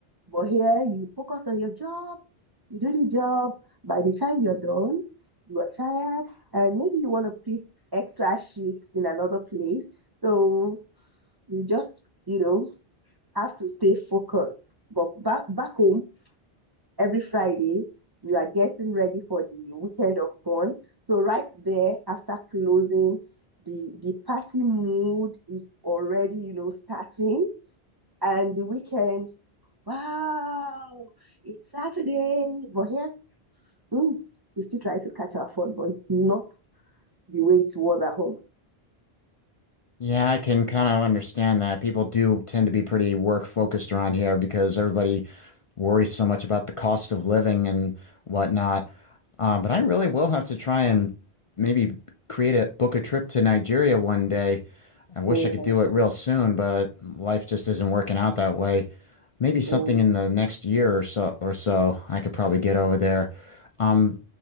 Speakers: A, on the right (about 30°); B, on the left (about 50°).
A: But here, you focus on your job, you do the job. By the time you're done, you are tired, and maybe you want to pick extra shifts in another place. So you just, you know, have to stay focused. But back back home, every Friday, you are getting ready for the weekend of fun. So right there after closing, the the party mood is already, you know, starting. And the weekend, wow, it's Saturday. But here, mm, we still try to catch our phone, but it's not the way it was at home.
B: Yeah, I can kind of understand that. People do tend to be pretty work focused around here because everybody worries so much about the cost of living and whatnot. Um, but I really will have to try and maybe create a book a trip to Nigeria one day. I wish
A: Yeah,
B: I could do it real soon, but life just isn't working out that way. Maybe something
A: yeah.
B: in the next year or so or so I could probably get over there. Um,